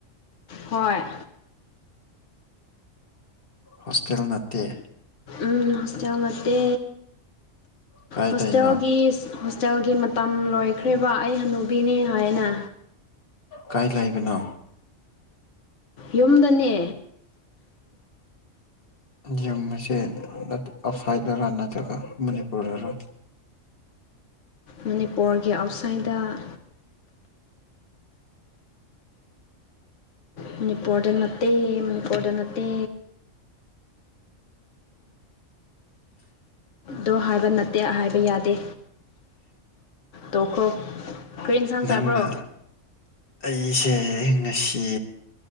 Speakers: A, on the left; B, on the left.
A: ꯍꯣꯏ
B: ꯍꯣꯁꯇꯦꯜ ꯅꯠꯇꯦ
A: ꯎꯝ ꯍꯣꯁꯇꯦꯜ ꯅꯠꯇꯦ
B: ꯀꯥꯏꯗꯩꯅꯣ
A: ꯍꯣꯁꯇꯦꯜꯒꯤ ꯍꯣꯇꯦꯜꯒꯤ ꯃꯇꯝ ꯂꯣꯏꯈ꯭ꯔꯦꯕ ꯑꯩ ꯍꯅꯨꯕꯤꯅꯤ ꯍꯥꯏꯅ
B: ꯀꯥꯏ ꯂꯩꯕꯅꯣ
A: ꯌꯨꯝꯗꯅꯦ
B: ꯌꯨꯝ ꯑꯁꯦ ꯑꯥꯎꯠꯁꯥꯏꯠꯇꯔ ꯅꯠꯇ꯭ꯔꯒ ꯃꯅꯤꯄꯨꯔꯗꯔꯥ
A: ꯃꯅꯤꯄꯨꯔꯒꯤ ꯑꯥꯎꯠꯁꯥꯏꯗꯠꯇ ꯃꯅꯤꯄꯨꯔꯗ ꯅꯠꯇꯦ ꯃꯅꯤꯄꯨꯔꯗ ꯅꯠꯇꯦ ꯗꯣ ꯍꯥꯏꯕ ꯅꯠꯇꯦ ꯍꯥꯏꯕ ꯌꯥꯗꯦ ꯇꯣꯛꯈ꯭ꯔꯣ ꯀꯔꯤ ꯑꯦꯟꯁꯥꯡ
B: ꯅꯪꯅ
A: ꯆꯥꯕ꯭ꯔꯣ
B: ꯑꯩꯁꯦ ꯉꯁꯤ